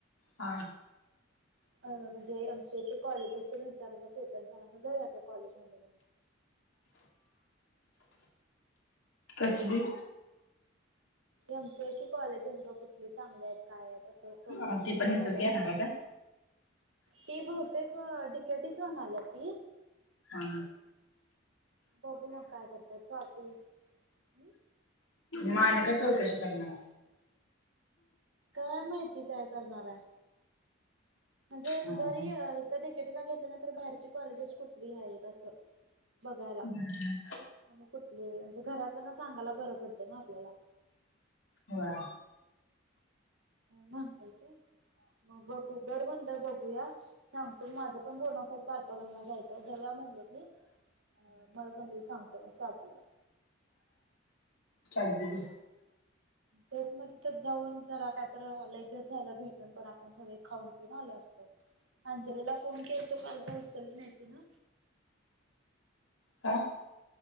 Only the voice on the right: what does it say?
अ म्हणजे एमसीए च कॉलेजेस तेन विचारयला चेतन सारांना जाऊया काय कॉलेज मध्ये
एमसीए ची कॉलेजेस बघ कुठ चांगले आहेत काय असं चौकशी
करायला
जाऊया
काय
ती बहुतेक डि. के. टी च म्हनाल्या ती
बघू मग काय करत्या स्वाती हम
काय माहिती काय करणार हाय म्हणजे
जरी इथं डि. के. टी ला घेतल नाहितर बाहेर म्हणजे कॉलेजेस कुठली आहेत अस बघायला
आणि कुठली म्हणजे घरातल्याना सांगायला बरं पडत त्यामुळ आपल्याला
म्हनालती मग बर म्हणलं बघूया सांगतो माझं पण बोनाफाईडच आठवलं मला जायचंय जाऊया म्हणटलो मी अ बर म्हणली सांगतो स्वातीला
तेच मग तिथंच जाऊन जरा कायतर लई दिवस झालं भेट पण आपण सगळे खाऊन पिऊन आलो असतो अंजलीला फोन केलतो कॉल काय उचलली नाही तिनं